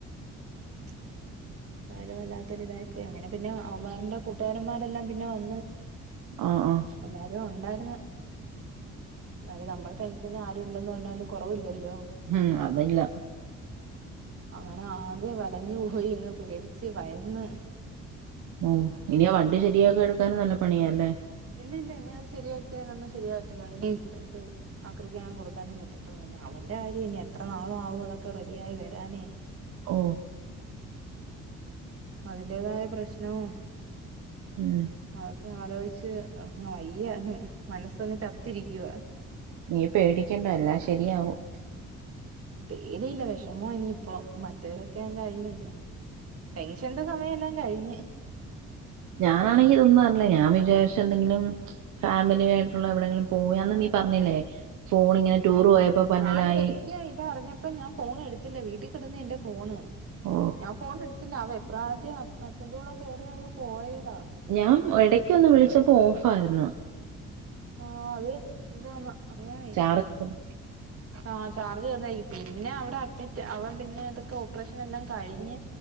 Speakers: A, on the right; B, on the right.
A: <inaudible> എന്തായാലും വല്ലാത്തൊര് ഇതായി പോയി അങ്ങനെ പിന്നെ അവന്റെ കൂട്ടുകാരന്മാരെല്ലാം പിന്നെ വന്ന്
B: ആഹ് ആഹ്
A: എല്ലാരും ഉണ്ടായിരുന്നു എന്നാലും നമ്മുടെ ടെൻഷന് ആ ര് ഉണ്ടെന്ന് പറഞ്ഞാലും കുറവില്ലല്ലോ
B: ഉം അതില്ല
A: അങ്ങനെ ആകെ വലഞ്ഞു പോയി അങ്ങ് പേടിച്ച് ഭയന്ന്
B: മ് ഇനി ആ വണ്ടി ശെരിയാക്കി എടുക്കാനും നല്ല പണിയാല്ലേ
A: ഇല്ലില്ല ഇനി അത് ശരിയാക്കിയാലൊന്നും ശരിയാവത്തില്ല അത് ഇനി എടുത്ത് ആക്രിക്കെങ്ങാനം കൊടുക്കാനേ പറ്റത്തോളൂ ഇനി അവന്റെ കാര്യം ഇനി എത്രാനാളാവും അതൊക്കെ റെഡിയായി വരാനേ
B: ഓ
A: അതിന്റേതായ പ്രശ്നവും
B: ഉം
A: അതൊക്കെ ആലോചിച്ച് അങ്ങ് വയ്യ മനസ്സങ്ങ് ചത്തിരിക്കുവാ
B: നീ പേടിക്കണ്ട എല്ലാം ശരിയാവും
A: പേടിയില്ല വിഷമാവാ ഇനിയിപ്പ മറ്റേവരൊക്കെ അങ്ങ് കഴിഞ്ഞില്ലേ ടെൻഷന്റെ സമയമെല്ലാം അങ്ങ് കഴിഞ്ഞ്
B: ഞാനാണെങ്കിൽ ഇതൊന്നും അറിഞ്ഞില്ല ഞാൻ വിചാരിച്ച് എന്തെങ്കിലും ഫാമിലി ആയിട്ടുള്ള എവിടെങ്കിലും പോയാന്ന് നീ പറഞ്ഞില്ലേ ഫോൺ ഇങ്ങനെ ടൂർ
A: ആ
B: പോയപ്പോ പന്നലായി
A: ഞാൻ ശരിക്കും ഇതറിഞ്ഞ പ്പോ ഞാൻ ഫോൺ എടുത്തില്ല വീട്ടിൽ കിടന്ന് എന്റെ ഫോണ്
B: ഓ
A: ഞാൻ ഫോൺ എടുത്തില്ല ആ വെപ്രാളത്തിൽ അച്ഛന്റെ കൂടെ കയറി അങ്ങ് പോയതാ
B: ഞാൻ എടയ്ക്ക് ക്ക് ഒന്ന് വിളിച്ചപ്പോ ഓഫ് ഫായിരുന്നു
A: ആഹ് അത് എന്താന്നാ അറിയാവയ്യാ
B: ചാർജ് ഉം
A: ആ ചാർജ് തീർന്നായിരിക്കും പിന്നെ അവിടെ അഡ്മിറ്റ് അവൻ പിന്നെ ഇതൊക്കെ ഓപ്പറേഷൻ എല്ലാം കഴിഞ്ഞ്